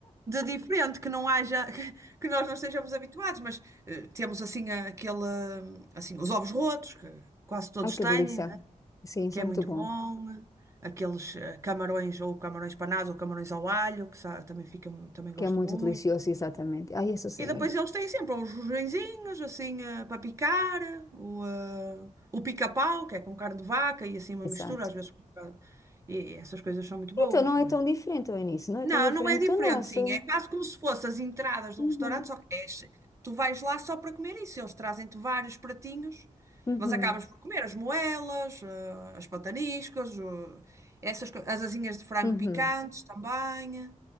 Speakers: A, on the right (about 20°); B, on the left (about 25°).
A: de diferente que não haja, <laughs> que, que nós não estejamos habituados, mas eh, temos assim a- aquele, hum, assim, os ovos rotos, que quase todos
B: Ai, que
A: têm,
B: delícia.
A: não é?
B: Sim, isso
A: Que
B: é
A: é
B: muito
A: muito
B: bom.
A: bom. Aqueles eh, camarões ou camarões panados ou camarões ao alho, que sa- também fica, também gosto
B: Que é muito
A: muito.
B: delicioso, exatamente. Ai, isso sim.
A: E depois eles têm sempre uns rojõezinhos, assim, eh, para picar, o, eh, o pica-pau, que é com carne de vaca e assim uma
B: Exato.
A: mistura, às vezes. com um bocado- E essas coisas são muito boas.
B: Então não é tão diferente, o início, não é
A: Não,
B: tão diferente
A: não é diferente,
B: do nosso.
A: sim. É quase como se fossem as entradas de
B: Uhum,
A: um restaurante, só que é che- tu vais lá só para comer isso. Eles trazem-te vários pratinhos,
B: uhum,
A: mas acabas por comer as moelas, eh, as pataniscas, o- essas, co- as asinhas de frango
B: uhum.
A: picantes também.